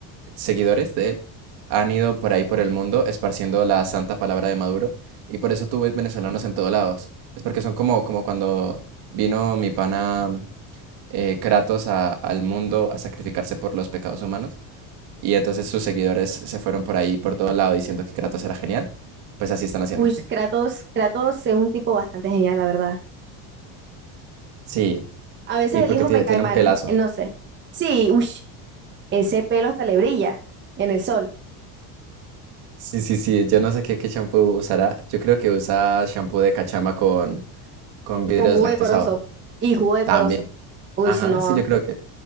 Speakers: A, on the right; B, on the right.
A: seguidores de él han ido por ahí por el mundo esparciendo la santa palabra de Maduro y por eso tú ves venezolanos en todos lados. Es porque son como, como cuando vino mi pana eh, Kratos a- al mundo a sacrificarse por los pecados humanos y entonces sus seguidores se fueron por ahí por todo lado diciendo que Kratos era genial. Pues así están haciendo.
B: Uy, Kratos, Kratos es un tipo bastante genial, la verdad.
A: Sí,
B: A veces
A: y
B: el
A: porque
B: hijo
A: tiene,
B: me cae
A: tiene
B: mal,
A: un pelazo.
B: él no sé. Sí, uy, ese pelo hasta le brilla en el sol,
A: Sí, sí, sí, yo no sé qué, qué champú usará. Yo creo que usa champú de cachama con, con vidrio
B: con jugo
A: deslactosado.
B: de corozo y jugo de
A: También.
B: corozo. Uy,
A: Ajá,
B: no,
A: sí, yo creo que.